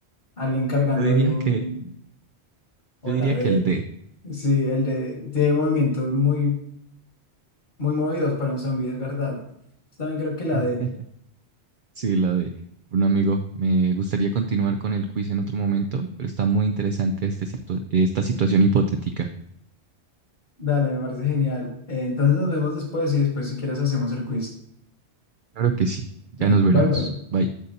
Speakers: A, on the left (about 55°); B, on the right (about 55°).
A: alguien cargando
B: Yo diría
A: ahí un,
B: que,
A: o
B: yo diría
A: la D,
B: que el D.
A: sí, el D, tiene movimientos muy, muy movidos para un zombie, es verdad. Yo También creo que la D.
B: <laughs> Sí, la D. Bueno, amigo, me gustaría continuar con el quiz en otro momento, pero está muy interesante este situa- esta situación hipotética.
A: Dale, me parece genial. Eh, entonces nos vemos después y después si quieres hacemos el quiz.
B: Claro que sí. Ya
A: Dale,
B: nos veremos.
A: bye bye.
B: Bye.